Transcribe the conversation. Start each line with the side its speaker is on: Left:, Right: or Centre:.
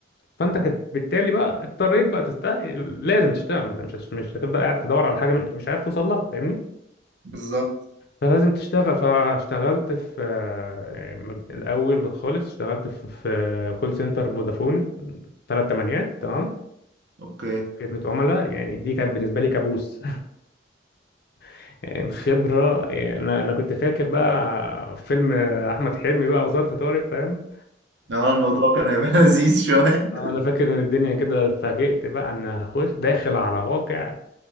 Left: فانت
Right: أمم،
Left: كت... بالتالي بقى اضطريت بقى تستاهل لازم تشتغل ما انت مش هت- مش هتفضل قاعد تدور على حاجه مش مش عارف توصل لها فاهمني
Right: بالظبط
Left: فلازم تشتغل فاشتغلت في آه، مب- الاول خالص اشتغلت في في كول سنتر فودافون ثلاث تمانيات تمام
Right: اوكي
Left: خدمه عملاء يعني دي كانت بالنسبه لي كابوس <laughs> يعني خبره يعني انا أنا كنت فاكر بقى فيلم احمد حلمي بقى وظرف طارق فاهم
Right: اه الموضوع كان هيبقى <laughs> لذيذ شوية
Left: آه، انا فاكر ان الدنيا كده اتفاجئت بقى ان هخش داخل على واقع